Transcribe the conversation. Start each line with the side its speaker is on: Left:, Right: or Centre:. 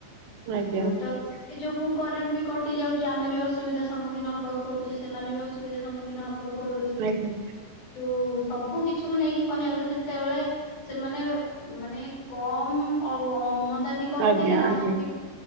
Right: ଆଜ୍ଞା
Left: ଅ-ତ
Right: ଆଜ୍ଞା
Left: କି ଯୋଗୁ କରେଣ୍ଟ ବି କଟି ଯାଉଚି ଆମେ ବି ଅସୁବିଧା ସମ୍ମୁଖୀନ ହବାକୁ ପଡୁଚି ସେମାନେ ବି ଅସୁବିଧା ସମ୍ମୁଖୀନ ହବାକୁ ପଡୁଅଛି କିନ୍ତୁ
Right: ଆଜ୍ଞା
Left: ସବୁ କି କିଛିକୁ ନେଇକି କହିବାକୁ ଗଲେ ସେତେବେଳେ ସେମାନେ ମାନେ କମ ଅ-ଅମଦାନୀ କରୁଥିଲେ
Right: ଆଜ୍ଞା
Left: ଆମଦାନୀ
Right: ଆଜ୍ଞା